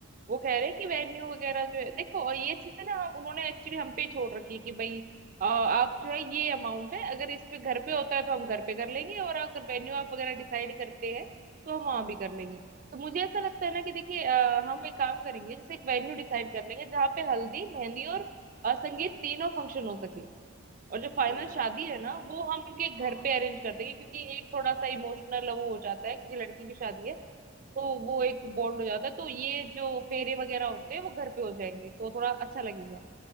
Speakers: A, on the right (about 40°); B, on the left (about 60°).
A: वो कह रहे हैं कि वेन्यू वगैरह जो है देखो और ये चीजें ना हम उन्होंने एक्चुअली हम पे छोड़ रखी है कि भाई अ, आप जो है ये अमाउंट है अगर इस पे घर पे होता है तो हम घर पे कर लेंगे और अगर वेन्यू आप वगैरह डिसाइड करते हैं तो हम वहां भी कर लेंगे तो मुझे ऐसा लगता है ना कि देखिए अ, हम एक काम करेंगे जैसे एक वेन्यू डिसाइड कर लेंगे जहाँ पे हल्दी मेहंदी और अ, संगीत तीनों फंक्शन हो सके और जो
B: ठीक
A: फाइनल
B: है
A: शादी है ना वो हम उनके
B: हाँ
A: घर पे अरेंज कर देंगे क्योंकि एक थोड़ा सा इमोशनल वो हो जाता है क्योंकि लड़की की शादी है तो वो एक बॉन्ड हो जाता है तो ये जो फेरे वगैरह होते हैं वो घर पे हो जाएंगे तो थोड़ा अच्छा लगेगा